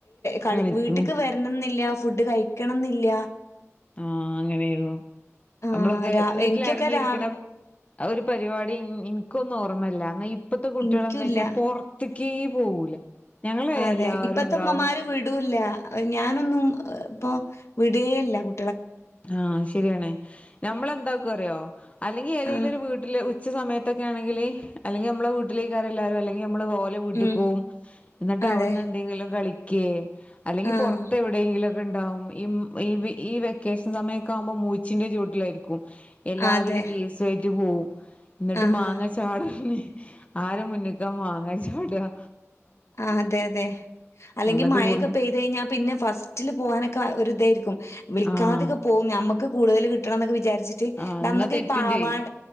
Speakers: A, on the left; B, on the left.
A: കളി
B: കളിക്കും
A: വീട്ട്ക്ക് വരണന്നില്ല. ഫുഡ് കഴിക്കണന്നില്ല
B: ആ അങ്ങനെയായിരുന്നു.
A: ആഹ്
B: നമ്മളൊക്കെ
A: രാ
B: വീട്ടിൽ
A: എനിക്കൊക്കെ
B: അടങ്ങിയിരിക്കണം
A: രാവ്
B: ഒരു പരിപാടി എനിക്കൊന്നും ഓർമ്മല്ല എന്നാ ഇപ്പത്തെ കുട്ടികളെന്താ
A: ഇനിക്കുല്ല
B: വെച്ചാൽ പുറത്ത് ക്കേ പോകൂല. ഞങ്ങള്
A: അതെ
B: എല്ലാരും
A: ഇപ്പത്തെ
B: ഉണ്ടാവും
A: ഉമ്മമാര് വിടൂല്ലാ ഞാനൊന്നും ഇപ്പൊ വിടേയില്ല കു
B: ആ ശരിയണ് നമ്മളെ എന്താക്കോ അറിയോ? അല്ലെങ്കിൽ ഏതേലും
A: ആഹ്
B: ഒരു വീട്ടില് ഉച്ച സമയത്തൊക്കെ ആണെങ്കിലി അല്ലെങ്കിൽ നമ്മള വീട്ടിലേക്കാരെല്ലാവരും അല്ലെങ്കി മ്മൾ ഓലേ വീട്ടിക്ക്
A: ഉം
B: പോകും എന്നിട്ട്
A: അതെ
B: അവിടുന്നെന്തെങ്കിലും കളി ക്കേ അല്ലെങ്കിൽ
A: ആഹ്
B: പുറത്ത് എവിടെയെങ്കിലും ഉണ്ടാവും ഈ ഇ ഇ വെ ക്കേഷൻ സമയൊക്കെ ആകുമ്പോ മൂച്ചിന്റെ ചുവട്ടിലായിരിക്കും. എല്ലാവരും
A: അതെ
B: ഒരു കേസ് ട്ട് പോകും. എന്നിട്ട്
A: ആഹ്
B: മാങ്ങ ചാട ആര് മുന്നിക്കാ മാങ്ങ ചാടുകാ
A: ആ അതെ അതെ അല്ലെങ്കി
B: എന്നിട്ട്
A: മഴയൊക്കെ
B: കുറി
A: പെയ്ത് കഴിഞ്ഞാ പിന്നെ ഫസ്റ്റില് പോകാനൊക്കെ ഒരു ഇതായിരിക്കും വിളിക്കാതൊക്കെ
B: ആഹ്
A: പോകും നമ്മക്ക് കൂടുതല് കി കിട്ടണോന്നൊക്കെ വിചാരിച്ച്
B: ആഹ് എന്നാ
A: അന്നൊക്കെ
B: തെറ്റും
A: ഈ പാവാട
B: ചെയ്യും